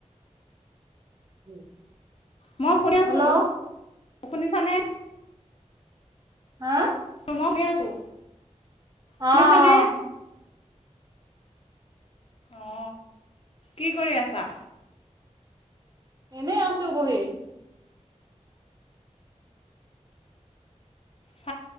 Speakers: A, on the right; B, on the left.
A: <inaudible>
B: মই শুনি আছোঁ।
A: হেল্ল'
B: শুনিছানে?
A: হা?
B: মই শুনি আছোঁ। শুনিছানে
A: অ অ।
B: অ কি কৰি আছা?
A: এনেই আছো বহি।
B: অ